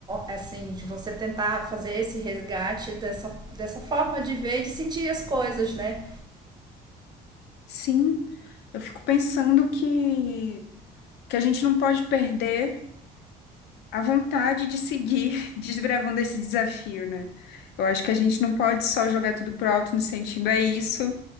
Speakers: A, on the right; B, on the left.
A: assim, de você tentar fazer esse resgate dessa, dessa forma de ver e de sentir as coisas, né?
B: Sim, eu fico pensando que, que a gente não pode perder a vontade de seguir <laughs> desbravando esse desafio, né? Eu acho que a gente não pode só jogar tudo pro alto no sentido, é isso,